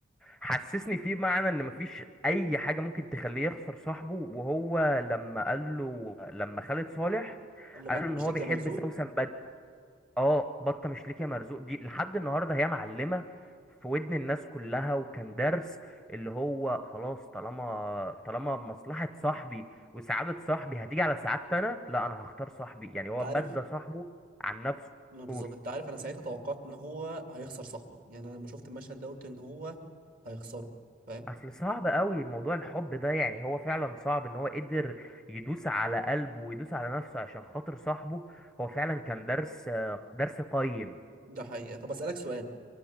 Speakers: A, in the centre; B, on the right.
A: حسسني فيه معنى ان مفيش اي حاجه ممكن تخليه يخسر صاحبه وهو لما قال له لما خالد صالح
B: قال له
A: قال
B: بطل
A: له ان
B: مشيك
A: هو بيحب
B: يا مرزوق
A: سوسن اه بطه مش ليك يا مرزوق دي لحد النهارده هي معلمه في ودن الناس كلها وكان درس اللي هو خلاص طالما طالما مصلحه صاحبي وسعاده صاحبي هتيجي على سعادتي انا لا انا هختار صاحبي يعني هو
B: انت عارف
A: بدى صاحبه عن نفسه
B: ما بالظبط
A: قول
B: انت عارف انا ساعتها توقعت ان هو هيخسر صاحبه يعني انا لما شفت المشهد ده قلت ان هو هيخسروا فاهم
A: اصل صعب قوي موضوع الحب ده يعني هو فعلا صعب ان هو قدر يدوس على قلبه ويدوس على نفسه عشان خاطر صاحبه هو فعلا كان درس درس قيم
B: ده حقيقة طب أسألك سؤال